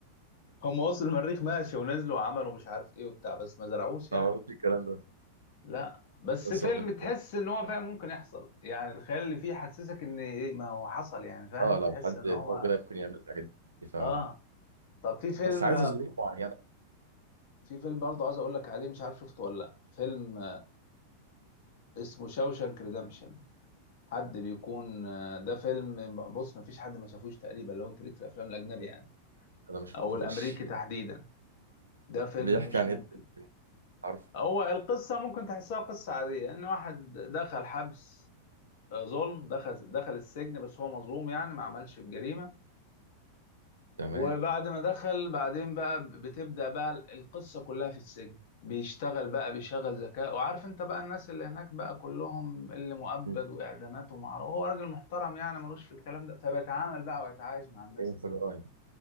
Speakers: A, on the left; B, on the right.
A: هم وصلوا المريخ ماشي ونزلوا وعملوا مش عارف ايه وبتاع بس ما زرعوش يعني
B: ما بعرفش الكلام ده
A: لا بس
B: بس
A: فيلم
B: هو في الحقيقة.
A: تحس ان هو فاهم ممكن يحصل يعني الخيال اللي فيه حسسك ان ايه ما هو حصل يعني فاهم
B: اه
A: تحس
B: لو حد
A: ان
B: لو
A: هو
B: كده ممكن يعمل الحاجات دي فعلا
A: اه طب في فيلم
B: بس عايز ظروف معينة
A: في فيلم برضه عايز اقول لك عليه مش عارف شفته ولا لا فيلم اسمه شاوشانك ريدمشن حد بيكون ده فيلم بص ما فيش حد ما شافوش تقريبا لو انت ليك في الافلام الاجنبي يعني
B: أنا ما شفتوش
A: او الامريكي تحديدا ده
B: <laughs>
A: فيلم
B: بيحكي
A: مش
B: عن
A: ممكن
B: إيه؟ عارف
A: هو القصة ممكن تحسها قصة عادية ان واحد دخل حبس آه، ظلم دخل دخل السجن بس هو مظلوم يعني ما عملش الجريمة
B: تمام
A: وبعد ما دخل بعدين بقى بتبدأ بقى القصة كلها في السجن بيشتغل بقى بيشغل ذكاء وعارف انت بقى الناس اللي هناك بقى كلهم اللي مؤبد
B: مم.
A: واعدامات ومعرفة هو راجل محترم يعني ملوش في الكلام ده فبيتعامل بقى ويتعايش مع الناس
B: فين
A: دي
B: في جرايم